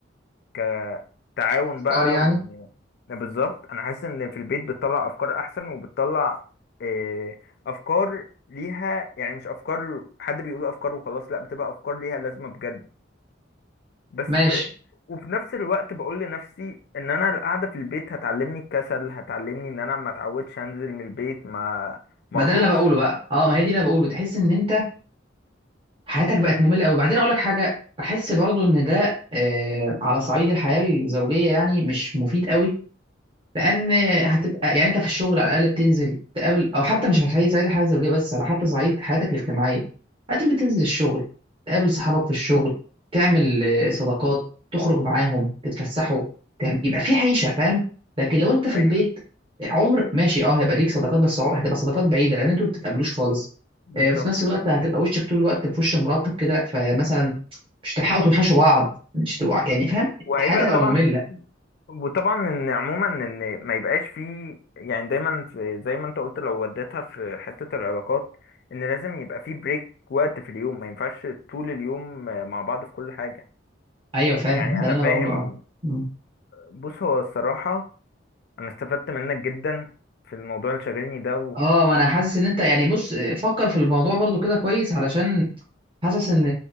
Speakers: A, on the left; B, on the right.
A: كتعاون
B: افكار
A: بقى
B: يعني
A: وان بالظبط انا حاسس ان في البيت بتطلع افكار احسن وبتطلع آه، افكار ليها يعني مش افكار حد بيقول افكار وخلاص لا بتبقى افكار ليها لازمة بجد بس
B: ماشي
A: وفي نفس الوقت بقول لنفسي ان انا القعده في البيت هتعلمني الكسل هتعلمني ان انا ما اتعودش انزل من البيت ما ما
B: ما
A: اخرجش
B: ده اللي انا بقوله بقى اه ما هي دي اللي انا بقوله تحس ان انت حياتك بقت ممله قوي وبعدين اقول لك حاجه بحس برضو ان ده آه على صعيد الحياه الزوجيه يعني مش مفيد قوي لان هتبقى يعني انت في الشغل على الاقل بتنزل تقابل او حتى مش حي- صعيد الحياه الزوجيه بس على حتى صعيد حياتك الاجتماعيه هتيجي بتنزل الشغل تقابل صحابك في الشغل تعمل آه، صداقات تخرج معاهم تتفسحوا تعمل يبقى في عيشه فاهم لكن لو انت في
A: ايوه
B: البيت عمر ماشي اه هيبقى ليك صداقات بس عمر هتبقى صداقات بعيده لان انتوا ما بتتقابلوش خالص
A: بالظبط
B: آه، في نفس الوقت هتبقى وشك طول الوقت في وش مراتك كده فمثلا مش هتلحقوا توحشوا بعض مش تبقوا يعني فاهم
A: وهيبقى
B: حياتك هتبقى
A: طبعا
B: ممله
A: في- وطبعا ان عموما ان ما يبقاش فيه يعني دايما في زي ما انت قلت لو وديتها في حتة العلاقات ان لازم يبقى فيه بريك وقت في اليوم ما ينفعش طول اليوم مع بعض في كل حاجة
B: ايوه فاهم
A: يعني
B: هذا
A: انا
B: اللي انا
A: فاهم
B: بقوله اه مم.
A: بص هو الصراحة انا استفدت منك جدا في الموضوع اللي شاغلني ده
B: اه ما انا حاسس ان انت يعني بص فكر في الموضوع برضو كده كويس علشان حاسس ان